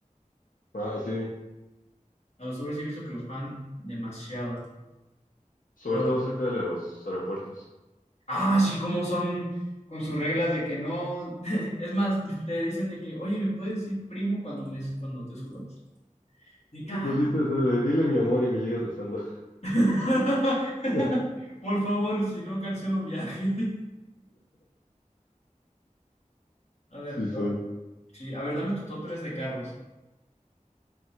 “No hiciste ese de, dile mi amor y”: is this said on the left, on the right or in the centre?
Left